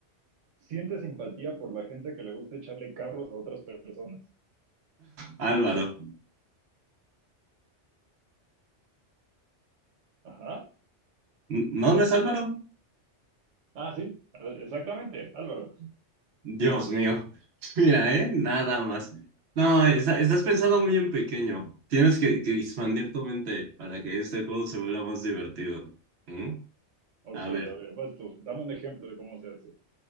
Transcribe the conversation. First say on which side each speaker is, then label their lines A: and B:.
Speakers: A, on the right; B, on the right.
A: Siente simpatía por la gente que le gusta echarle carros a otras personas.
B: Álvaro.
A: Ajá.
B: N- No, no es Álvaro.
A: Ah, sí, eh, exactamente, Álvaro.
B: Dios mío. <laughs> Mira, ¿eh? Nada más. No, está- estás pensando muy en pequeño. Tienes que, que expandir tu mente para que este juego se vuelva más divertido. ¿Mm?
A: Ok,
B: A ver,
A: a ver, vas tú. Dame un ejemplo de cómo se hace.